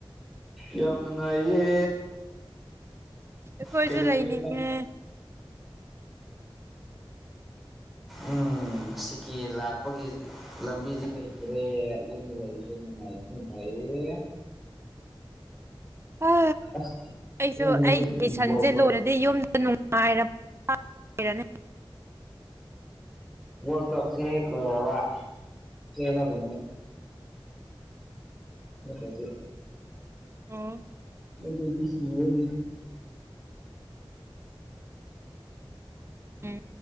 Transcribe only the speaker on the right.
ꯑꯩꯈꯣꯏꯁꯨ
ꯂꯩꯅꯤꯡꯉꯦ
ꯑ
ꯑꯩꯁꯨ
ꯑꯩꯒꯤ ꯁꯟꯁꯦ
ꯂꯣꯏꯔꯗꯤ ꯑꯗꯩ ꯌꯨꯝꯗ ꯅꯨꯡꯉꯥꯏꯔꯔꯅꯤ
ꯑꯣ
ꯎꯝ